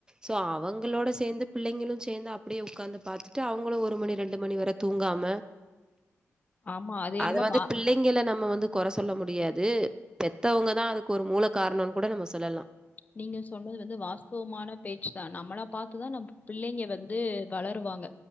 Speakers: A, on the right (about 15°); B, on the left (about 30°).
A: சோ அவங்களோட சேந்து பிள்ளைங்களு சேந்து அப்டியே உக்காந்து பாத்து அவங்களு ஒரு மணி ரெண்டு மணி வர தூங்காம
B: ஆமா அது
A: அத
B: என்னமோ
A: வந்து
B: வா
A: பிள்ளை ங்கள நம்ம வந்து கொற சொல்ல முடியாது பெத்தவங்க தா அதுக்கு ஒரு மூல காரணம்ன் கூட நம்ம சொல்லலா
B: நீங்க சொன்னது வந்து வாஸ்தவமான பேச்சு தா நம்மள பாத்துதா நம்ப பிள்ளைங்க வந்து வளருவாங்க